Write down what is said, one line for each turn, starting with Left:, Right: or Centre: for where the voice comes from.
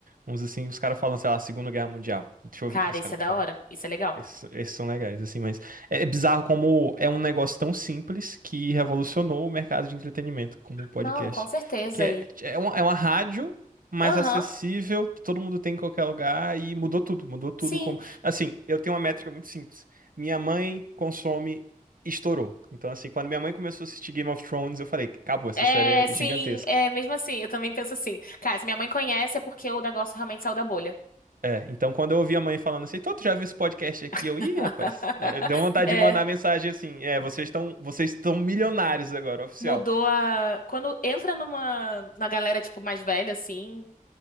Right: Uns assim, os caras falando, sei lá, Segunda Guerra Mundial. Deixa eu ouvir
Left: Cara,
Right: o que esse
Left: isso
Right: cara
Left: é
Right: tá
Left: da
Right: falando.
Left: hora. Isso é legal.
Right: Esses, esses são legais, assim, mas é bizarro como é um negócio tão simples que revolucionou o mercado de entretenimento, como o podcast,
Left: Não, com certeza.
Right: que é,
Left: E
Right: é uma, é uma rádio mais
Left: aham.
Right: acessível, que todo mundo tem em qualquer lugar e mudou tudo, mudou tudo
Left: Sim.
Right: como... Assim, eu tenho uma métrica muito simples. Minha mãe consome estourou. Então, assim, quando minha mãe começou a assistir Game of Thrones, eu falei, acabou, essa
Left: É,
Right: série
Left: sim,
Right: é gigantesca.
Left: é mesmo assim, eu também penso assim. Cara, se minha mãe conhece é porque o negócio realmente saiu da bolha.
Right: É, então quando eu ouvi a mãe falando assim, Tô, tu já viu esse podcast aqui? Eu,
Left: <laughs>
Right: ih, rapaz, é, deu vontade
Left: É,
Right: de mandar mensagem assim, é, vocês estão, vocês estão milionários agora, oficial.
Left: mudou a. Quando entra numa na galera, tipo, mais velha, assim,